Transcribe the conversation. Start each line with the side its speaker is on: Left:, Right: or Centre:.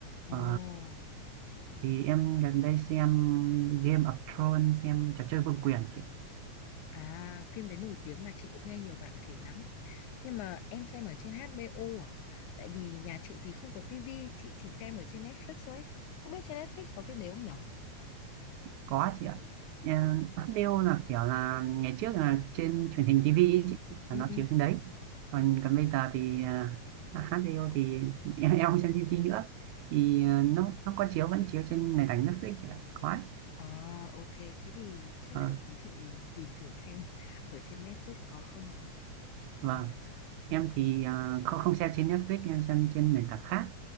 Right: Ờ,
Left: Ồ,
Right: thì em gần đây xem Game of Thrones xem trò chơi vương quyền chị
Left: à, phim đấy nổi tiếng mà chị cũng nghe nhiều bạn kể lắm. Nhưng mà em xem ở trên HBO à? Tại vì nhà chị thì không có tivi, chị chỉ xem ở trên Netflix thôi ấy. Không biết trên Netflix có phim đấy không nhở?
Right: Có chị ạ. Ờ, Hát Bill là kiểu là ngày trước là trên truyền hình TV ý chị là
Left: Ừ,
Right: nó
Left: ừ.
Right: chiếu trên đấy. Còn còn bây giờ thì uh, Hát Bill thì <laughs> em, em không xem TV nữa. Thì ờ, nó nó có chiếu vẫn chiếu trên nền tảng Netflix chị ạ. Có. ạ.
Left: À, ok. Thế thì chắc
Right: Ờ,
Left: là để tí chị tìm thử xem ở trên Netflix có không.
Right: vâng.
Left: Ừ.
Right: Em thì ờ, không không xem trên Netflix em xem trên nền tảng khác.